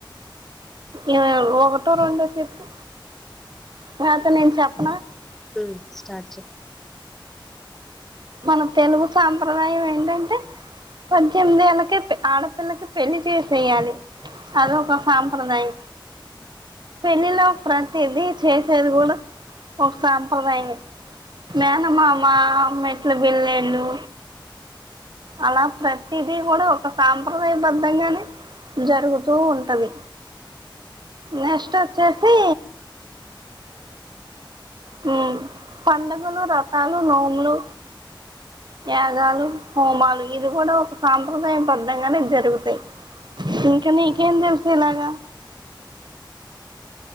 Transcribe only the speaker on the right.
ఏమైనా ఒకటో రెండో చెప్పు లేపోతే నేను చెప్పానా
మన తెలుగు సాంప్రదాయం ఏంటంటే పద్దెనిమిది ఏళ్ళకే ప్ ఆడపిల్లకి పెళ్లి చేసేయాలి అదో ఒక సాంప్రదాయం పెళ్ళిలో ప్రతిదీ చేసేది కూడా ఒక సాంప్రదాయమే మేనమామ మేట్లే బిల్లేలు అలా ప్రతిదీ కూడా ఒక సాంప్రదాయం బద్ధంగానే జరుగుతూ ఉంటాది నెస్ట్ వచ్చేసి హ్మ్ పండుగలు రథాలు నోములూ యాగాలు హోమాలు ఇవి కూడా ఒక సాంప్రదాయ బద్ధంగానే జరుగుతాయి ఇంకా నీకు ఏం తెలుసు ఇలాగా